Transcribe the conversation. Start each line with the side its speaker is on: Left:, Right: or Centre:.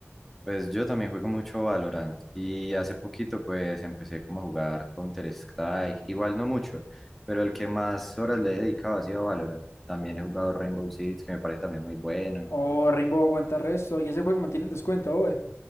Centre: Pues yo también juego mucho Valorant y hace poquito pues empecé como a jugar Counter-Strike, igual no mucho, pero el que más horas le he dedicado ha sido Valorant. También he jugado Rainbow Six, que me parece también muy bueno.
Left: Oh, Rainbow aguanta resto y ese juego mantiene en descuento hoy.